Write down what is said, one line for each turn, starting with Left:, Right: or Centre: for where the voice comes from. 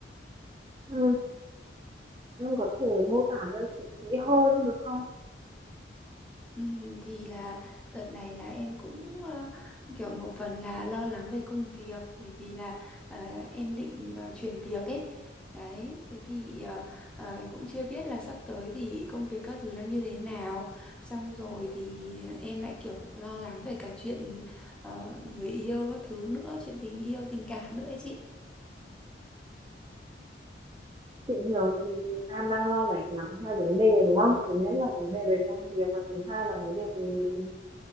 Right: Ừ. Em có thể mô tả cho chị kỹ hơn được không?
Centre: Ừm, thì là đợt này là em cũng ờ, kiểu một phần là lo lắng về công việc bởi vì là ờ, em định ờ, chuyển việc ấy đấy thế thì ờ, ờ, cũng chưa biết là sắp tới thì công việc các thứ nó như thế nào xong rồi thì em lại kiểu lo lắng về cả chuyện ờ, người yêu các thứ nữa chuyện tình yêu tình cảm nữa ấy chị
Right: Chị hiểu thì em đang lo lắng lắm hai vấn đề đúng không? Thứ nhất là vấn đề về công việc và thứ hai là vấn đề về tình